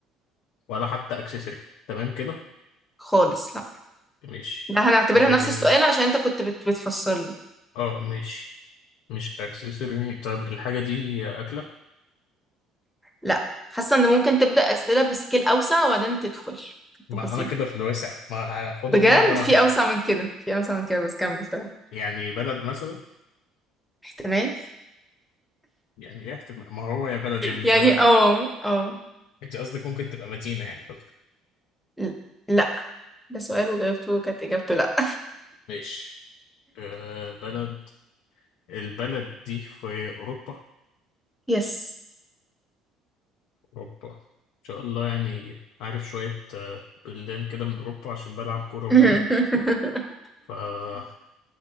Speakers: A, on the left (about 70°); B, in the centre.
A: ولا حتى اكسسوري تمام كده
B: خالص لا
A: ماشي
B: ده هنعتبرها
A: الحاجه
B: نفس
A: دي
B: السؤال
A: مش
B: عشان انت كنت بت... بتفسر لي.
A: اه ماشي مش اكسسوري طيب الحاجه دي اكله
B: لا حاسه ان ممكن تبدا اسئله بسكيل اوسع وبعدين تدخل في التفاصيل
A: ما انا كده في الواسع ما هاخدهم
B: بجد
A: واحده واحده
B: في اوسع من كده في اوسع من كده بس كمل طيب
A: يعني بلد مثلا
B: احتمال
A: يعني ايه احتمال ما هو يا بلد يا مش
B: يعني
A: بلد
B: اه اه
A: انت قصدك ممكن تبقى مدينه يعني قصدك
B: ل- لا ده سؤال وجاوبته كانت اجابته لا
A: ماشي آه، بلد البلد دي في أوروبا
B: يس
A: اوروبا إن شاء الله يعني عارف شوية آه، بلدان كده من أوروبا عشان بلعب كورة وكده
B: <laughs>
A: فممكن